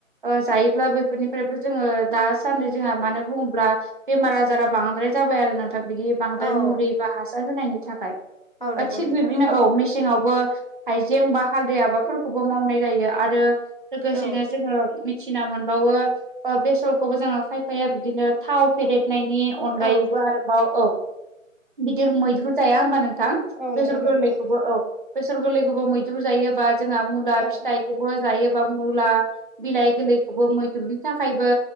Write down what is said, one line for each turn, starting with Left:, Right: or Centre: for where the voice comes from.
Right: जायोब्ला बैफोरनिफ्रायबो जोङो दासान्दै जोंहा मानो बुङोब्ला बेमार आजारा बांद्राय जाबाय आरो नोंथां बिदि बांद्राय
Left: औ
Right: मुलि बा हासार होनायनि थाखाय
Left: औ नंगौ
Right: थिग
Left: नोंथां
Right: बिबदिनो औ मेसेंआवबो हाइजें बा हालदै आबादफोरखौबो मावनाय जायो आरो लोगोसेनो
Left: औ
Right: जोङो फिना मोनबावो बेसरखौबो जोङो खायफाया बिदिनो थाव फेदेरनायनि अनगायै
Left: औ
Right: आरोबाव औ बिदिनो मैद्रु जाया होमबा नोंथां
Left: औ नंगौ
Right: बेसर गोरलैखौबो
Left: नोंथां
Right: औ बेसर गोरलै गोबाव मैद्रु जायोबा जोंहा मुला
Left: औ
Right: फिथाइखौबो जायो बा मुला बिलाइ गोरलैखौबो मैद्रुनि थाखायबो